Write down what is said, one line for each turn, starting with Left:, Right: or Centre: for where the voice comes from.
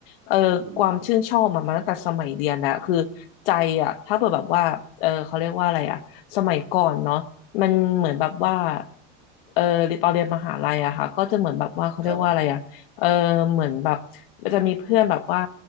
Left: เออความชื่นชอบมามาตั้งแต่สมัยเรียนแล้วคือใจอะถ้าเกิดแบบว่าเออเขาเรียกว่าอะไรอะสมัยก่อนเนาะมันเหมือนแบบว่า
Right: อืม
Left: เออตอนเรียนมหาลัยอะค่ะก็จะเหมือนแบบว่าเขาเรียกว่าอะไรอะเออเหมือนแบบมันจะมีเพื่อนแบบว่า
Right: ครับ